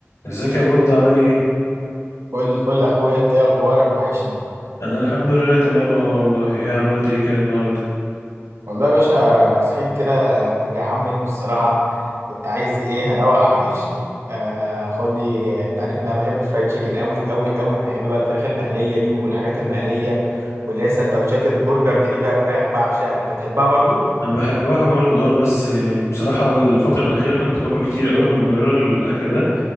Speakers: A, on the left (about 85°); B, on the right (about 70°).
A: ازيك يا بود عامل ايه
B: فل فل اخويا انت ايه اخبارك وحشني
A: انا الحمد لله تمام اهو والله ايه عملت ايه كده النهارده
B: والله يا باشا صحيت كده في الجعان منه الصراحه كنت عايز ايه هروق على كرشي آه، خد لي انت عارف ان انا بحب الفرايد تشيكن قوي قوي قوي بحب بقى الفراخ المقليه دي والحاجات المقليه واللي هي سندوتشات البرجر دي اللي فيها فراخ بعشقها انت بتحبها برضو
A: انا بحبها برضو اه بس آه، بصراحه الفتره الاخيره كنت باكل كتير قوي من بره الاكل ده